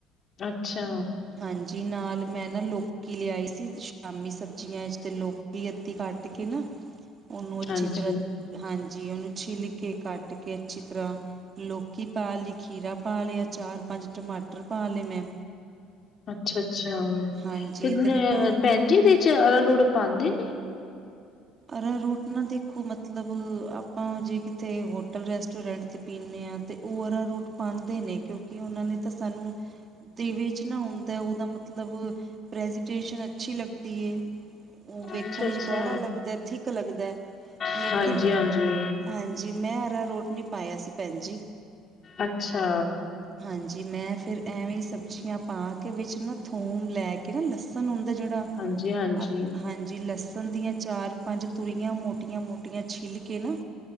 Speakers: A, on the left; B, on the right.
A: ਅੱਛਾ।
B: ਹਾਂਜੀ, ਨਾਲ ਮੈਂ ਨਾਂ ਲੌਕੀ ਲਿਆਈ ਸੀ। ਸ਼ਾਮੀ ਸਬਜ਼ੀਆਂ 'ਚ ਅਤੇ ਲੋਕ ਅੱਧੀ ਕੱਟ ਕੇ ਨਾ ਉਹਨੂੰ ਅੱਛੀ
A: ਹਾਂਜੀ,
B: ਤਰ੍ਹਾਂ ਹਾਂਜੀ, ਉਹਨੂੰ ਛਿੱਲ ਕੇ ਕੱਟ ਕੇ ਅੱਛੀ ਤਰ੍ਹਾਂ ਲੌਕੀ ਪਾ ਲਈ ਖੀਰਾ ਪਾ ਲਿਆ ਚਾਰ ਪੰਜ ਟਮਾਟਰ ਪਾ ਲਏ ਮੈਂ
A: ਅੱਛਾ-ਅੱਛਾ
B: ਹਾਂਜੀ
A: ਤੇ ਅ
B: ਅਤੇ ਨਾ
A: ਭੈਣ ਜੀ ਏਦੇ 'ਚ ਅਰਾਰੋਡ ਪਾਉਂਦੇ ਨੇਂ
B: ਅਰਾਰੋਟ ਨਾਂ ਦੇਖੋ ਮਤਲਬ ਆਪਾਂ ਜੇ ਕਿਤੇ ਹੋਟਲ, ਗਏ ਰੈਸਟੋਰੈਂਟ ਤੇ ਪੀਂਨੇ ਹਾਂ ਤੇ ਉਹ ਅਰਾਰੋਟ ਪਾਂਦੇ ਨੇ ਕਿਉਂਕਿ ਉਹਨਾਂ ਨੇ ਤਾਂ ਸਾਨੂੰ ਦੇ ਵਿੱਚ ਨਾ ਹੁੰਦਾ ਉਹਦਾ ਮਤਲਬ ਪ੍ਰੈਜੀਟੇਸ਼ਨ ਅੱਛੀ ਲੱਗਦੀ ਏ। ਉਹ ਵੇਖਣ
A: ਅੱਛਾ-ਅੱਛਾ,
B: ਵਿਚ ਗਾੜਾ ਲੱਗਦਾ, ਨੀ ਥਿਕਲੱਗਦਾ ਹੈ
A: ਹਾਂਜੀ-ਹਾਂਜੀ,
B: ਲੇਕਿਨ ਹਾਂਜੀ, ਮੈਂ ਆਰਾ ਰੋਟ ਨਹੀਂ ਪਾਇਆ ਸੀ, ਭੈਣ ਜੀ।
A: ਅੱਛਾ।
B: ਹਾਂਜੀ, ਮੈਂ ਫਿਰ ਐਵੇਂ ਹੀ ਸਬਜ਼ੀਆਂ ਪਾ ਕੇ ਵਿੱਚ ਨਾ ਥੋਮ ਲੈ ਕੇ ਕਿ ਨਾ ਲਸਣ ਹੁੰਦਾ ਜਿਹੜਾ,
A: ਹਾਂਜੀ-ਹਾਂਜੀ,
B: ਆਪ ਹਾਂਜੀ ਲਸਣ ਦੀਆਂ ਚਾਰ ਪੰਜ ਤੁਰੀਆਂ ਮੋਟੀਆਂ-ਮੋਟੀਆਂ ਛਿੱਲ ਕੇ ਨਾ